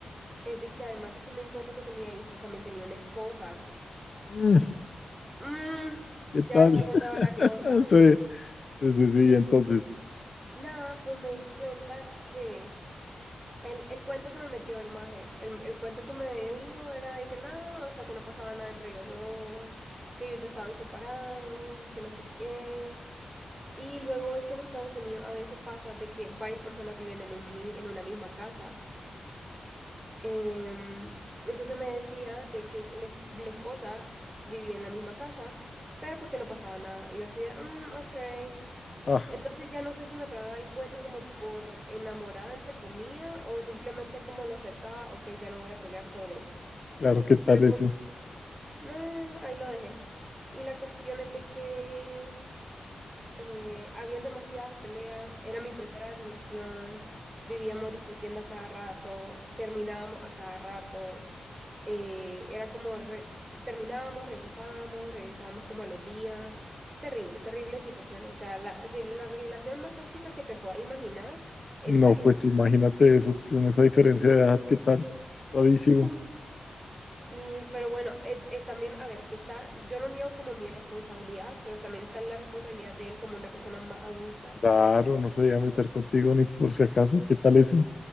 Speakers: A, on the right (about 20°); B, on the left (about 45°).
A: es de que además de que me di cuenta que tenía hijos, también tenía una esposa.
B: Mm,
A: Mm,
B: ¿Qué
A: ya
B: tal?
A: ves por dónde
B: <laughs>
A: va la cosa.
B: Sí, sí, sí, sí,
A: Y
B: entonces,
A: nada, pues me di cuenta que el, el cuento que me metió el maje, el, el cuento que me dijo era de que nada, o sea, que no pasaba nada entre ellos dos, que ellos ya estaban separados, que no sé qué. Y luego ves que en Estados Unidos a veces pasa de que varias personas viven en un, mi- en una misma casa. Em, entonces me decía de que la la esposa vivía en la misma casa. Pero pues que no pasaba nada. Y yo decía, ok.
B: ah,
A: Entonces ya no sé si me tragaba el cuento como por enamorada, entre comillas, o simplemente es como lo aceptaba, ok, ya no voy a pelear sobre eso.
B: claro, ¿qué tal
A: Pero el
B: eso?
A: punto, nah, ahí lo dejé. Y la cuestión es de que eh, habían demasiadas peleas, era mi primera relación, vivíamos discutiendo a cada rato, terminábamos a cada rato eh, era como re- terminábamos, regresábamos, regresábamos como a los días. Terrible, terrible situación. O sea, la, si la relación más tóxica que te puedas imaginar, esa
B: No,
A: era.
B: pues imagínate eso, con esa diferencia de edad, ¿qué tal? Suavísimo.
A: Sí, sí, pero bueno, eh, eh, también, a ver, que está, yo no niego como mi responsabilidad, pero también está la responsabilidad de él como una persona más adulta.
B: Claro, no se iba a meter contigo ni por si acaso, ¿qué tal eso?